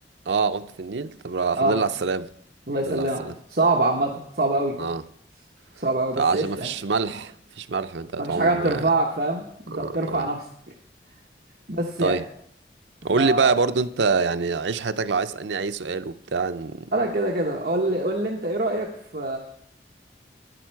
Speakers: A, on the right (about 90°); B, on the right (about 60°).
A: اه عمت في النيل طب الحمد
B: اه
A: لله على السلامة
B: الله
A: الحمد
B: يسلمك
A: لله على السلامة
B: صعب عامه صعب قوي
A: اه
B: صعب قوي بس
A: طيب عشان
B: قشطه
A: ما فيش
B: يعني
A: ملح مفيش ملح ما انت
B: ما
A: هتعوم
B: فيش حاجه بترفعك
A: اه
B: فاهم انت
A: اه
B: بترفع نفسك بس
A: طيب
B: يعني
A: قول
B: فهسألك
A: لي بقى برضو انت يعني عيش حياتك لو عايز تسألني اي سؤال وبتاع عن-
B: كده كده قول لي قول لي انت ايه رأيك في